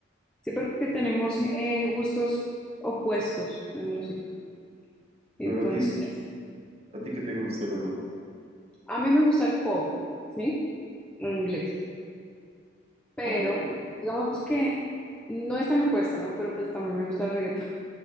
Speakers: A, in the centre; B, on the right.
A: Sí, porque tenemos eh, gustos opuestos en música. Entonces,
B: Luego a ti, ¿a ti qué te gusta luego?
A: a mí me gusta el pop, ¿sí? En inglés. Pero,
B: Ok,
A: digamos que no es tan opuesto, ¿no? Pero pues también me gusta el reggaetón